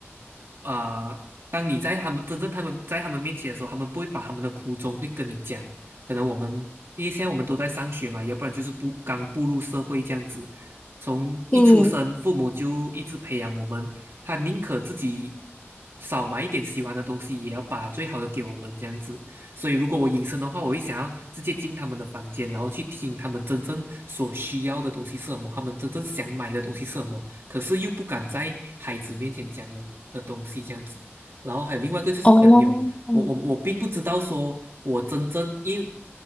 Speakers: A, on the right (about 65°); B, on the left (about 25°).
A: 啊、呃当你在他们真正他们在他们面前的时候，他们不会把他们的苦衷会跟你讲。可能我们因为现在我们都在上学嘛，要不然就是不刚步入社会这样子，从一出生父母就一直培养我们，
B: 嗯，
A: 他宁可自己少买一点喜欢的东西，也要把最好的给我们这样子。所以如果我隐身的话，我会想要直接进他们的房间，然后去听他们真正所需要的东西是什么，他们真正想买的东西是什么。可是又不敢在孩子面前讲的的东西这样子。然后还有另外一个就是朋友，
B: 哦，嗯。
A: 我我我并不知道说我真正因为